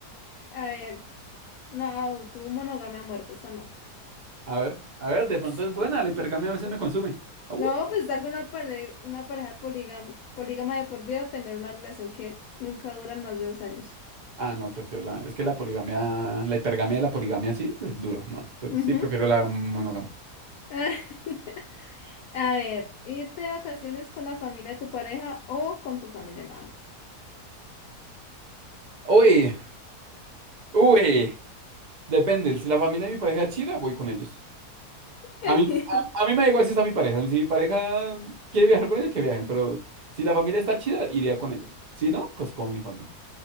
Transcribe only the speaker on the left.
A ver. No, tu monogamia a muerte, esa no.
<laughs>
No,
pues estar con una, pare- una pareja polígama, polígama de por vida o tener una relación que nunca duran más de dos años.
Ujú.
<laughs> A ver, irte de vacaciones con la familia de tu pareja o con tu familia nada más.
<laughs>